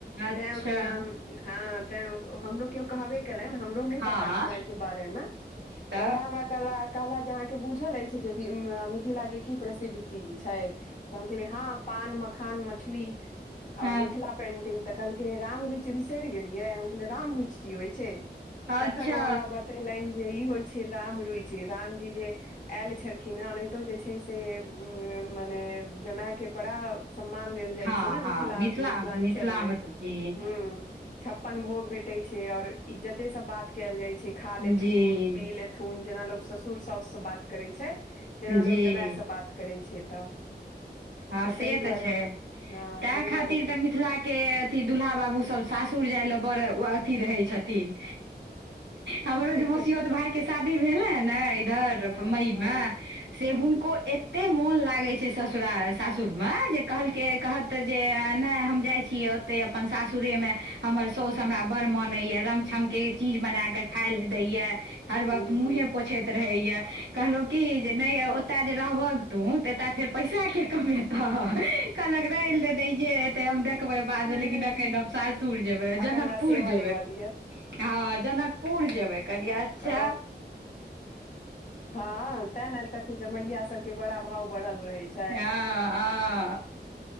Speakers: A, on the right (about 85°); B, on the left (about 45°).
A: अच्छा
B: तें ओकर नाम हां तें ओ हमरो कियो कहबे केलनि हमरो नै
A: हँ
B: पता छले अइके बारे मे त
A: तऽ
B: वेहेए हमरा कहला कहलथि जे अहाँके बुझल अइछ जे भी मिथिला के की प्रसिद्ध चीज छै, त हम कहलियै हँ पान, मखान, मछली और
A: हँ
B: मिथिला पेन्टिंग। तऽ कहलकै राम रुचि बिसरि गेलियै हम कहलियै राम रुइच की होइ छै, तखन
A: अच्छा
B: ओ हमरा बत बतेलनि जे ई होइ छै रामरुइच रामजी जे आएल छलखिन हें ओनहितो जे छै से मने जमाए के बड़ा सम्मान देल जाइ
A: हँ
B: छै ने
A: हँ
B: मिथिला - मिथिलांचल
A: मिथिला
B: मे
A: तऽ जी
B: हूँ। छप्पन भोग भेटै छै और इज्जते सॅं बात केएल जाइ छै खा लेथुन
A: जी
B: पी ले थून जेना लोग ससुर साउस स बात करै छै तेना
A: जी
B: लोग जमाए से बात करै छै तऽ
A: हँ से
B: ताहि
A: तऽ
B: दुआरे
A: छै
B: ओकर हँ
A: तेंए
B: ताहि
A: खातिर
B: दुआरे
A: तऽ मिथिलाक के अथी, दुल्हा बाबू सब, सासुर जाइ लए बड़ अथी रहै छथिन। हमरो
B: ओकर
A: जे मौसिययौत भाय के शादी भेल ह ने इधर,
B: हँ
A: मई
B: हँ
A: मे, से
B: हूँ
A: हुनको एते मोन लागे छै, ससुरार सासुरमे, जे कहलकै कहत जे, नहि हम जाइ छियै ओते अपन सासुरेमे हमर सौस हमरा बड़ मानैय, रंग- छंग के चीज बना क खाय ले दैय। हर वक्त
B: हूँ
A: मुंहे
B: हूँ
A: पोछैत रहैया, कहलहु कि जे नहि, ओतय जे रहबहक तू, एतऽ फेर पैसा के कमेता ह। कहलक रह देही जे एते हम देखबै बादमे,
B: हूँ
A: लेकिन सासुर जेबै
B: अखन
A: जनक
B: हमरा
A: पुर
B: सेवा
A: जेबै,
B: लेबऽ दिअ
A: हँ, जनकपुर जेबै, कहलियै च्छा
B: ओ
A: <inaudible>
B: हँ तें ने एतऽ के जमैया सब के बड़ा भाव बढ़ल रहेै छै।
A: हँ -हँ,